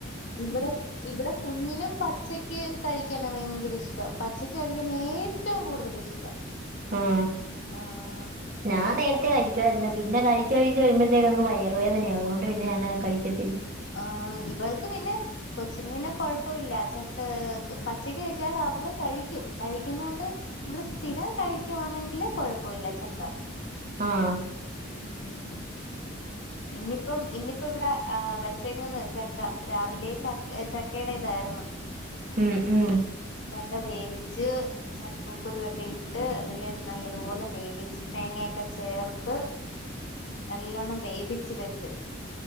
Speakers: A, on the left (about 70°); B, on the right (about 45°).
A: ഇവിടെ ഇവിടെ കുഞ്ഞിനും പച്ചക്ക് കഴിക്കാനാ ഭയങ്കര ഇഷ്ടം പച്ചക്ക് കഴിക്കാനെ ഏറ്റവും കൂടുതൽ ഇഷ്ടം
B: ആഹ്
A: ആഹ്
B: ഞാൻ
A: ചക്ക.
B: നേര്ത്തെ കഴി കഴിക്കു ആര്ന്ന് പിന്നെ കഴിച്ച് കഴിച്ച് വരുമ്പഴത്തേക്കങ്ങ് വയറുവേദനയാകും അതുകൊണ്ട് പിന്നെ ഞാനത് കഴിക്കത്തില്ല
A: ആഹ് ഇവൾക്ക് പിന്നെ കൊച്ചിന് പിന്നെ കൊഴപ്പ ഇല്ല ചക്ക് ക്ക് പച്ചക്ക് കഴിച്ചാൽ അവള് കഴിക്കും കഴിക്കുന്നോണ്ട് നമ്മള് സ്ഥിരം കഴിക്കുവാണെങ്കില് കൊഴപ്പമില്ല ചക്ക
B: ആഹ്
A: ഉം ഇന്നിപ്പം ഇന്നിപ്പ ഇവടെ ആ വെച്ചേക്കുന്നന്ന് ചക്ക രാവിലെ ചക്ക് ഏ ചക്കയുടെ ഇതാരുന്ന്
B: ഉം ഉം
A: ചക്ക വേവിച്ച് ചക്കക്കുരു ഒക്കെ ഇട്ട് അതില് നല്ലതുപോലെ വേവിച്ച് തേങ്ങയൊക്കെ ചേർത്ത് നല്ലോണ്ണം വേവിച്ച് വെച്ച്